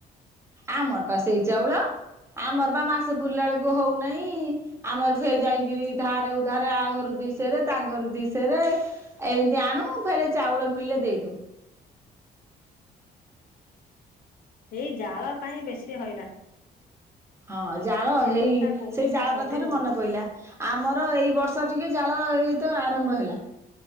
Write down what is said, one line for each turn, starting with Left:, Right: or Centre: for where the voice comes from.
Right: ଆମର ପା ସେଇ ଚାଉଳ ଆମର ବା ମାସେ ପୁରିଲା ଏଳକୁ ହଉନାଇଁ। ଆମର ଫେରେ ଯାଇକିରି ଧାରେ ଉଧାରେ ଆ ଘରୁ ଦିସେରେ ତାଙ୍କ ଘରୁ ଦିସେରେ ଏମିତି ଆଣୁ ଫେରେ ଚାଉଳ ମଳିଲେ ଦେଇଦଉ।
Left: ଓୁଁ <unintelligible> ଏଇ ଜାଳ ପାଇଁ ବେଶୀ ହଇରା
Right: ହଁ, ଜାଳ
Left: ଏଇ
Right: ହେଇ
Left: ବର୍ଷା କୋଉ
Right: ସେଇ
Left: ଦିନ
Right: ଜାଳ
Left: ସରିବ
Right: କଥାରୁ ମନେ ପଇଲା। ଆମର ଏଇ ବର୍ଷ ଟିକେ ଜାଳ ଏଇତ ଆରମ୍ଭ ହେଲା।